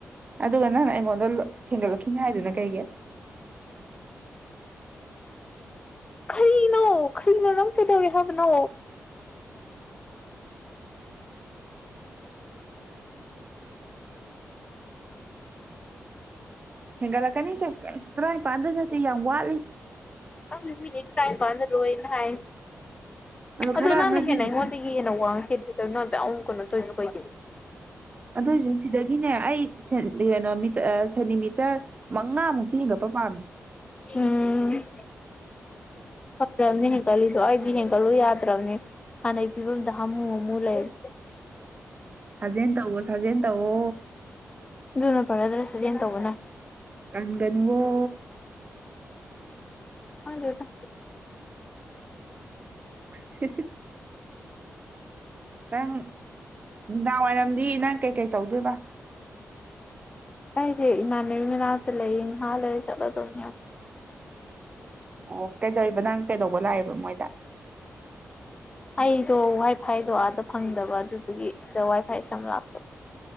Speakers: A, on the right; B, on the left.
A: ꯑꯗꯨꯒ ꯅꯪꯅ ꯑꯩꯉꯣꯟꯗ ꯍꯦꯟꯒꯠꯂꯛꯈꯤꯅꯤ ꯍꯥꯏꯗꯨꯅ ꯀꯩꯒꯤ <inaudible>
B: ꯈꯥꯔꯤꯅꯣ ꯈꯥꯔꯤꯅꯣ ꯅꯪ ꯀꯩꯗꯧꯔꯦ ꯍꯥꯏꯕꯅꯣ
A: <inaudible> ꯍꯦꯟꯒꯠꯂꯛꯀꯅꯤꯁꯦ ꯑꯁ ꯇꯔꯥꯅꯤꯄꯥꯟꯗ ꯅꯠꯇꯦ ꯌꯥꯝ ꯋꯥꯠꯂꯤ
B: ꯈꯪꯗꯦ ꯃꯤꯅꯗꯤ ꯇꯔꯥꯅꯤꯄꯥꯟꯗ ꯂꯣꯏꯅ ꯍꯥꯏ ꯑꯗꯣ
A: ꯈꯔ
B: ꯅꯪꯅ
A: ꯑꯃꯅꯗꯤ
B: ꯍꯦꯟꯅ ꯑꯩꯉꯣꯟꯗꯒꯤ ꯒꯤ ꯍꯦꯟꯅ ꯋꯥꯡꯉꯤ ꯀꯩꯩꯅꯣ <unintelligible> ꯅꯪ ꯑꯗꯨꯛꯌꯝ ꯀꯩꯅꯣ ꯇꯧꯔꯤꯗꯣ ꯀꯩꯒꯤꯅꯣ
A: ꯑꯗꯨꯏꯖꯨ ꯁꯤꯗꯒꯤꯅꯦ ꯑꯩ <unintelligible> ꯁꯦꯟꯇꯤꯃꯤꯇꯔ ꯃꯉꯥꯃꯨꯛꯇꯤ ꯍꯦꯟꯒꯠꯄ ꯄꯥꯝꯃꯦ
B: ꯎꯝ ꯐ꯭ꯔꯕꯅꯦ ꯍꯦꯟꯒꯠꯂꯤꯗꯣ ꯑꯩꯗꯤ ꯍꯦꯟꯒꯠꯂꯨ ꯌꯥꯗ꯭ꯔꯕꯅꯦ ꯍꯥꯟꯅꯩ ꯐꯤꯕꯝꯗ ꯍꯥꯃꯨ ꯍꯥꯃꯨ ꯂꯩꯔꯦ
A: ꯁꯥꯖꯦꯟ ꯇꯧꯋꯣ ꯁꯥꯖꯦꯟ ꯇꯧꯋꯣ
B: ꯑꯗꯨꯅ ꯐꯔꯗ꯭ꯔꯥ ꯁꯥꯖꯦꯟ ꯇꯧꯕꯅ
A: ꯇꯟꯒꯥꯅꯨꯋꯣ
B: ꯈꯪꯗꯦꯗ
A: <unintelligible> ꯅꯪ ꯅꯨꯡꯗꯥꯡꯋꯥꯏꯔꯝꯗꯤ ꯅꯪ ꯀꯩꯀꯩ ꯇꯧꯗꯣꯏꯕ
B: ꯑꯩꯁꯦ ꯏꯃꯥꯟꯅꯕꯤ ꯃꯅꯥꯛꯇ ꯂꯩꯌꯦ ꯉꯍꯥꯜ ꯂꯩꯔ ꯆꯠꯂꯗꯧꯅꯦ
A: ꯑꯣ ꯀꯩꯗꯧꯔꯤꯕ ꯅꯪ ꯀꯩꯗꯧꯕ ꯂꯥꯛꯏꯦꯕ ꯃꯣꯏꯗ
B: ꯑꯩꯗꯣ ꯋꯥꯏ ꯐꯥꯏꯗꯣ ꯑꯥꯗ ꯐꯪꯗꯕ ꯑꯗꯨꯗꯨꯒꯤ ꯁꯤꯗ ꯋꯥꯏ ꯐꯥꯏ ꯁꯝ ꯂꯥꯛꯄ